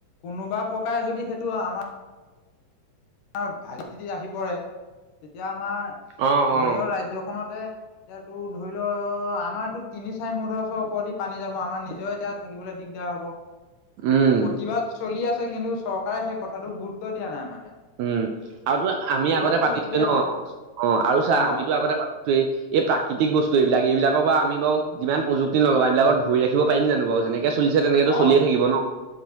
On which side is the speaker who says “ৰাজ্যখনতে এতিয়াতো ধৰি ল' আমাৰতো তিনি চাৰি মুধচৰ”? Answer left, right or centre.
Left